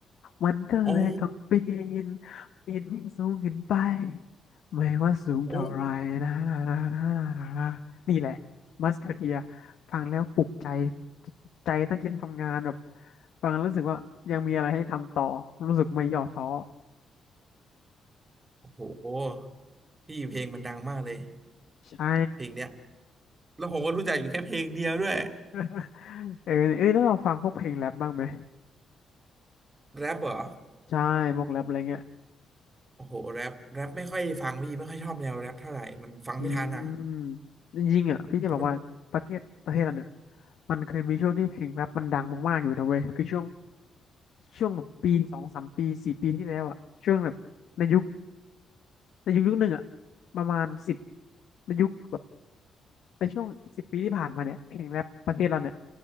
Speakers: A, on the left; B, on the right.
A: มันก็เลยต้องปีน
B: โอ้
A: ปีนให้สูงขึ้นไปไม่ว่าสูงเท่าไรนะนะนะนะนะนะนะนี่แหละ
B: โอ้
A: มัสคาเทียฟังแล้วปลุกใจปลุกใจตั้งใจทำงานแบบฟังแล้วรู้สึกว่ายังมีอะไรให้ทำต่อรู้สึกไม่ย่อท้อ
B: โอ้โหพี่เพลงมันดังมากเลย
A: ใช่
B: เพลงเนี้ยแล้วผมก็รู้จักอยู่แค่เพลงเดียวด้วย
A: <laughs> เออเอ้ยแล้วเราฟังพวกเพลงแรปบ้างไหม
B: แรปเหรอ
A: ใช่พวกแรปอะไรเงี้ย
B: โอ้โหแรปแรปไม่ค่อยฟังพี่ไม่ค่อยชอบแนวแรปเท่าไหร่มันฟังไม่ทันอ่ะ
A: อืมจริงๆอ่ะพี่จะบอกว่าประเทศประเทศเราเนี่ย
B: แต่มัน
A: มันเคยมีช่วงที่เพลงแรปมันดังมากๆอยู่นะเว้ยคือช่วงช่วงแบบปีสองสามปีสี่ปีที่แล้วอ่ะช่วงแบบในยุคในยุคยุคหนึ่งอ่ะประมาณสิบในยุคแบบในช่วงสิบปีที่ผ่านมาเนี่ยเพลงแรปประเทศเราเนี่ย